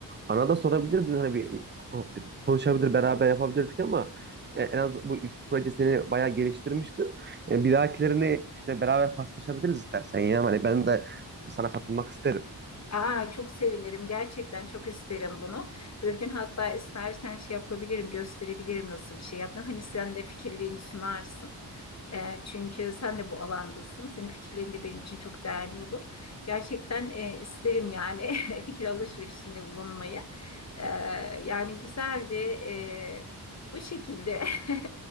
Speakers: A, on the right; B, on the left.
A: Bana da sorabilirdin hani bir ko- konuşabilir beraber yapabilirdik ama e, en az bu ilk proje seni bayağı geliştirmiştir. E, Bir dahakilerini işte beraber paslaşabiliriz istersen ya. Hani ben de sana katılmak isterim.
B: Aa, çok sevinirim. Gerçekten çok isterim bunu. Bir gün hatta istersen şey yapabilirim, gösterebilirim nasıl bir şey yaptın. Hani sen de fikirliğini sunarsın. E, çünkü sen de bu alandasın. Senin fikirlerin de benim için çok değerli olur. Gerçekten e, isterim yani <laughs> fikir alışverişinde bulunmayı. E, yani güzeldi. E, bu şekilde. <laughs>